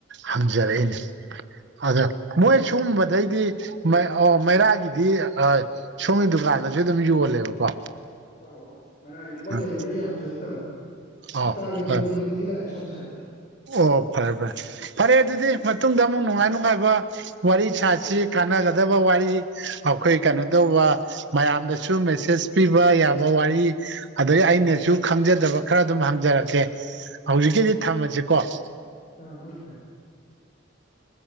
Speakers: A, on the right; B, on the left.
A: ꯍꯪꯖꯔꯛꯏꯅꯦ ꯑꯗ ꯃꯣꯏ ꯁꯒꯨꯝꯕꯗꯩꯗꯤ ꯑꯣ ꯃꯩꯔꯥꯒꯤꯗꯤ ꯁꯣꯝꯒꯤ ꯗꯨꯀꯥꯟ ꯀꯥꯟꯗꯁꯨ ꯑꯗꯨꯝ ꯌꯣꯜꯂꯦꯕꯀꯣ
B: ꯑꯧ ꯑꯧ ꯃꯩꯔꯥꯒꯤꯗꯤ ꯃꯣꯏ
A: ꯎꯝ
B: ꯗꯦꯂꯤꯚꯔꯤ ꯌꯥꯝ ꯐꯖꯅ ꯇꯧꯋꯤ
A: ꯑꯥꯎ
B: ꯍꯞꯇꯥꯒꯤ
A: ꯍꯣꯏ
B: ꯃꯟꯗꯦ ꯈꯨꯗꯤꯡꯒꯤ ꯂꯥꯛꯑꯦ ꯁꯣꯝ ꯁꯥꯏꯠꯇ
A: ꯑꯣ ꯐꯔꯦ ꯐꯔꯦ ꯐꯔꯦ ꯑꯗꯨꯗꯤ ꯃꯇꯨꯡꯗ ꯑꯃꯨꯛ ꯅꯨꯡꯉꯥꯏ ꯅꯨꯡꯉꯥꯏꯕ ꯋꯥꯔꯤ ꯁꯥꯁꯤ ꯀꯥꯟꯅꯒꯗ ꯐꯗꯕ ꯋꯥꯔꯤ ꯑꯩꯈꯣꯏ ꯀꯩꯅꯣ ꯇꯧꯕ ꯃꯌꯥꯝꯗꯁꯨ ꯃꯦꯁꯦꯖ ꯄꯤꯕ ꯌꯥꯕ ꯋꯥꯔꯤ ꯑꯗꯩ ꯑꯩꯅꯁꯨ ꯈꯪꯖꯗꯕ ꯈꯔ ꯑꯗꯨꯝ ꯍꯪꯖꯔꯛꯀꯦ ꯍꯧꯖꯤꯛꯀꯤꯗꯤ ꯊꯝꯃꯁꯤ ꯀꯁ
B: ꯑꯥ ꯣꯠꯇꯥꯏ